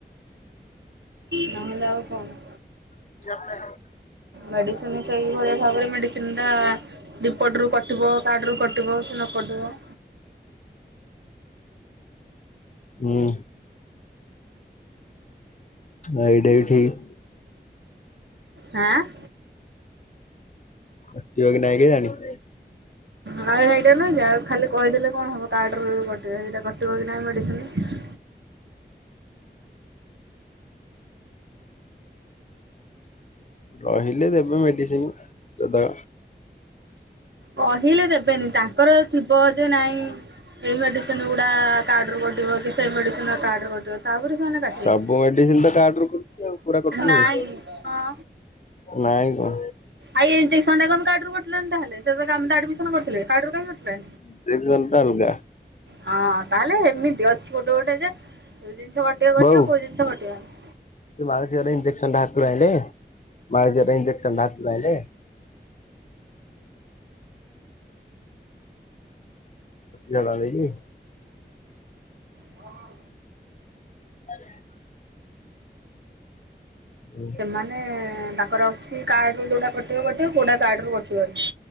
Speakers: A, on the right; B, on the left.
A: ନହେଲେ ଆଉ କଣ।
B: <inaudible>
A: ମେଡିସିନ୍ ସେଇ ଭଳିଆ ଭାବରେ ମେଡିସିନ୍ ଟା ରିପୋର୍ଟ ରୁ କଟିବ। କାର୍ଡ଼ରୁ କଟିବ କି ନ କଟିବ?
B: ହୁଁ। ହଁ ଏଇଟା ବି ଠିକ୍।
A: ହାଁଆଁ।
B: କରିବ କି ନାଇଁ କେଜାଣି।
A: ହୁଁ ଏଇଟା ନାହିଁ ଆଉ ଖାଲି କହିଦେଲେ କଣ ହବ କାର୍ଡ ରେ କଟିବ। କଟିବ କି ନାହିଁ ମେଡ଼ିସିନି
B: କହିଲେ ଦେବେ ମେଡିସିନ୍ ଦାଦା।
A: କହିଲେ ଦେବେନି ତାଙ୍କର ଥିବ ଯେ ନାଇଁ ଏଇ ମେଡିସିନ୍ ଗୁଡା ଆ। କାର୍ଡ ରୁ କଟିବ କି ସେଇ ମେଡିସିନ୍ ର କାର୍ଡ ରୁ କଟିବ। ତାପରେ ସେମାନେ କାଟିବେ
B: ସବୁ ମେଡିସିନ ତ କାର୍ଡରୁ କରୁଛି ଆଉ ପୁରା କରୁନି
A: ନାଇଁ
B: କି?
A: ହଁ!
B: ନାଇଁ କଣ?
A: ଆଇ ଇଞ୍ଜେକ୍ସନ୍ ଟା କଣ କାର୍ଡ ରୁ କଟିଥାନ୍ତା ତାହେଲେ। କିତନ କରୁଥିଲେ କାର୍ଡ ରୁ କାଇଁ କଟିଲା।
B: ଇଞ୍ଜେକ୍ସନ ଟା ଅଲଗା
A: ହଁ ତାହେଲେ ଏମିତି ଅଛି ଗୋଟେ ଗୋଟେ ଯେ ଜିନିଷ ଗୋଟିଏ ଗୋଟିଏ
B: ବୋଉ ସେ
A: କୋଉ ଜିନିଷ କଟିବନି।
B: ମାଉସୀ ଘରୁ ଇଞ୍ଜେକସନ ଟା ହାତରୁ ଆଇଲେ ମାଉସୀ ଘର ଇଞଜେକ୍ସନ ଟା ହାତରୁ ଆଇଲେ। ଜବାବ୍ ଦେଇ କିି।
A: ହଁ।
B: <inaudible> ହୁଁ।
A: ମାନେ ତାଙ୍କର ଅଛି, କାର୍ଡ ରୁ ଯୋଉଟା କଟିବ କଟିବ କୋଉଟା କାର୍ଡ ରୁ କଟିବନି।